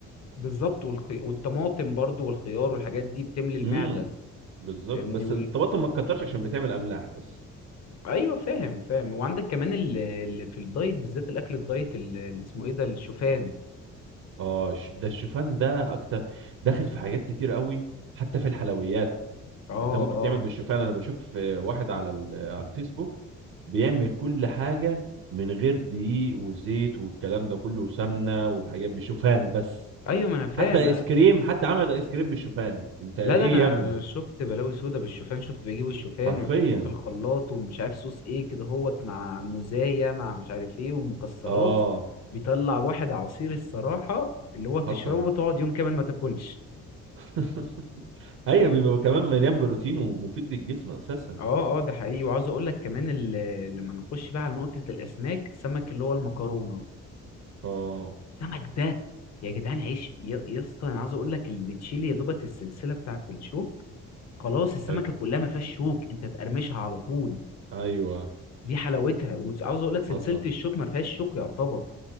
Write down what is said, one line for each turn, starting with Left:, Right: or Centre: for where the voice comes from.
Left: بالظبط والخي... والطماطم برضو والخيار والحاجات دي بتملي المعدة
Right: امم بالظبط
Left: فاهمني
Right: بس الطماطم ما تكترش عشان بتعمل املاح بس
Left: ايوه فاهم فاهم وعندك كمان اللي في الدايت بالذات الاكل الدايت اللي اللي اسمه ايه ده الشوفان
Right: اه ش- ده الشوفان ده اكتر داخل في حاجات كتير قوي حتى في الحلويات
Left: اه
Right: انت ممكن
Left: اه
Right: تعمل بالشوفان انا بشوف آه، واحد على ال- على الفيسبوك بيعمل كل حاجه من غير دقيق وزيت والكلام ده كله وسمنه والحاجات بشوفان بس
Left: ايوه ما انا فاهم
Right: حتى ايس كريم حتى عمل ايس كريم بالشوفان انت ايه
Left: لا ده انا
Right: يا ابني
Left: شفت بلاوي سودا بالشوفان شفت بيجيبوا الشوفان
Right: حرفيا
Left: ويحطوه في الخلاط ومش عارف صوص ايه كده هوت مع موزاية مع مش عارف ايه ومكسرات
Right: اه
Left: بيطلع واحد عصير الصراحة اللي هو تشربه
Right: حصل
Left: وتقعد يوم كامل ما تاكلش
Right: <laughs> ايوه بيبقى كمان مليان بروتين ومفيد للجسم اساسا
Left: اه اه ده حقيقي وعاوز اقول لك كمان ال- لما نخش بقى على نقطة الاسماك سمك اللي هو المكرونة
Right: اه
Left: السمك ده يا جدعان عيش ي- يا اسطى انا عاوز اقول لك اللي بتشيل يا دوبت السلسله بتاعه الشوك خلاص السمكه
Right: حلو
Left: كلها ما فيهاش شوك انت تقرمشها على طول
Right: ايوه
Left: دي حلاوتها وعاوز اقول لك سلسله
Right: حصل
Left: الشوك ما فيهاش شوك يعتبر